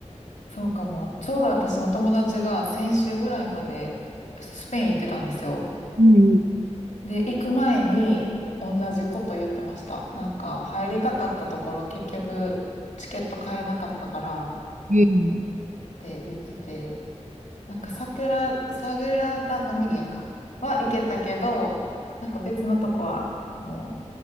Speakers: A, on the left; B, on the right.
A: そうかも。ちょうど私の友達が先週ぐらいまでスペイン行ってたんですよ。
B: うん
A: で、行く前に同じこと言ってました。なんか、入りたかったところ、結局、チケット買えなかったからっ
B: うん。
A: て言ってて、なんか、桜、サグラダ・ファミリアか。は行けたけど、なんか別のとこは、も